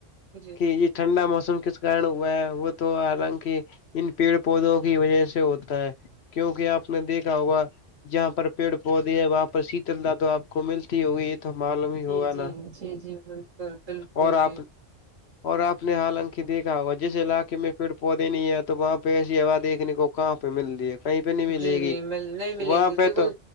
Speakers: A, on the right (about 80°); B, on the left (about 60°).
A: جی
B: کہ یہ ٹھنڈا موسم کے کارن ہوا ہے وہ تو حالانکہ ان پیڑ پودوں کی وجہ سے ہوتا ہے کیونکہ آپ نے دیکھا ہوگا جہاں پر پیڑ پودے ہے وہاں پر شیتل د تو آپ کو ملتی ہوگی تو معلوم ہی
A: جی
B: ہوگا
A: جی
B: نا
A: جی جی بالکل بالکل
B: اور
A: جی
B: آپ اور آپ نے حالانک دیکھا ہوگا جس علاقے میں پیڑ پودے نہیں ہے تو وہاں پہ ایسی ہوا دیکھنے کو کہاں پہ مل رہی ہے کہیں پہ نہیں ملے
A: جی نہیں
B: گی
A: مل نہیں ملے
B: وہاں
A: دی
B: پہ
A: تھی کوئی
B: تو